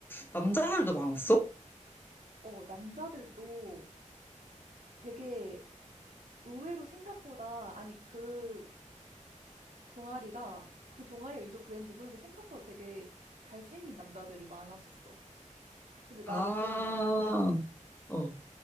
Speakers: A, on the left (about 15°); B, on the right (about 80°).
A: 남자들도 많았어?
B: 어, 남자들도 되게 의외로 생각보다 아니 그 동아리가 그 동아리가 유독 그랬는지 모르겠는데 생각보다 되게 잘생긴 남자들이 많았었어. 근데 나는
A: 아, 어.